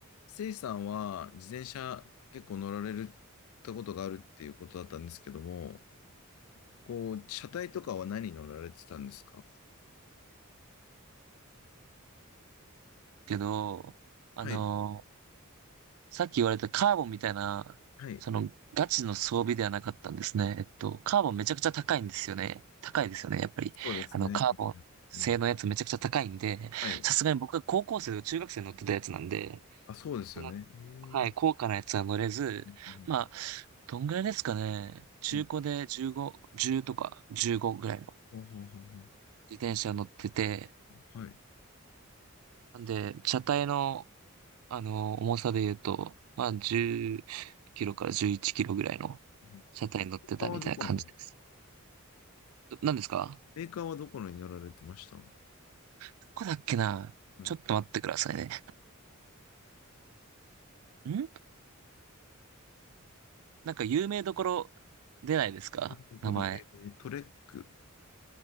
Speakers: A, on the left; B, on the right.
A: せいさんは自転車結構乗られるったことがあるっていうことだったんですけども、こう、車体とかは何乗られてたんですか
B: けど、あのー
A: はい、
B: さっき言われたカーボンみたいな、
A: はい、
B: その、ガチの装備ではなかったんですね。えっと、カーボンめちゃくちゃ高いんですよね。高いですよね、やっぱり。
A: そうですね。
B: あの、カーボン製のやつめちゃくちゃ高いんで、
A: うん、うんはい。
B: さすがに僕が高校生とか中学生に乗ってたやつなんで、
A: あ、そうですよね。
B: その、
A: へえ
B: はい、高価なやつは乗れず、
A: うんうん
B: まあ、どんぐらいですかね。中古で15、
A: うんうん
B: 10とか15ぐらいの
A: ほうほうほうほう
B: 自転車乗ってて、
A: はい。
B: なんで、車体の、あの、重さで言うと、まあ、10キロから11キロぐらいの車体に乗ってたみたいな感じです。
A: メーカーはどこのですか
B: ど何ですか
A: メーカーはどこのに乗られてましたは
B: どこだっけなちょっと待ってくださいね。
A: い。は
B: なんなんか有名どころ出ないですか名前。
A: いところ、えートレック。